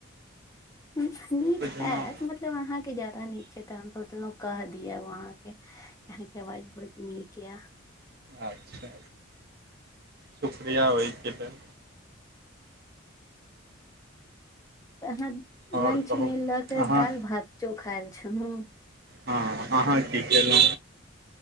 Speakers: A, on the left; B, on the right.
A: <unintelligible> नीक
B: बुझलहुँ
A: हैत बट मतलब अहा के जदा नीक छै त हम सोचलो कह दिय अब आहां के अहां के आवाज बड निक या
B: अच्छा शुक्रिया ओइ के लेल
A: अहाँ लंच
B: आओर कहू
A: मे लऽ के
B: अहाँ
A: दाल भात चोखा आएल छलू
B: हँ अहाँ की कलो